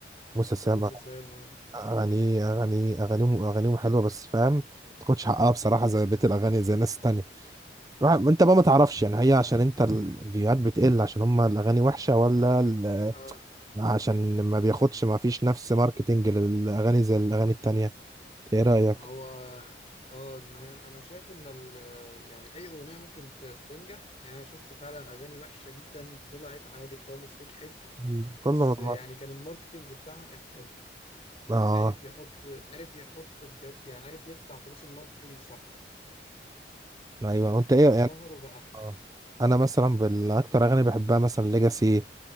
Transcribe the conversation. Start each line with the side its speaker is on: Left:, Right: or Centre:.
Right: موسى سام
Left: وموسى سام اه
Right: اغاني اغاني اغانيهم اغانيهم حلوه بس فاهم ما تاخدش حقها بصراحه زي بيت الاغاني زي الناس التانية روح- انت بقى ما تعرفش يعني هي عشان انت الفيوهات بتقل عشان هم الاغاني وحشه ولا ال-
Left: اه
Right: عشان ما بياخدش ما فيش نفس ماركتنج للاغاني زي الاغاني التانية ايه رايك
Left: ما هو اه ما هي انا شايف ان ال... يعني اي اغنيه ممكن ت- تنجح يعني انا شفت فعلا اغاني وحشه جدا طلعت عادي خالص نجحت
Right: مم. كله
Left: بس
Right: مضمون
Left: يعني كان الماركتينج بتاعها كان حلو
Right: اه
Left: عارف يحط عارف يحط بجد يعني عارف يدفع فلوس الماركتينج صح
Right: ايوه وانت ايه
Left: فانشهر
Right: يعني
Left: وبقى حلو
Right: آه. انا مثلا بالاكتر اغاني بحبها مثلا ليجاسي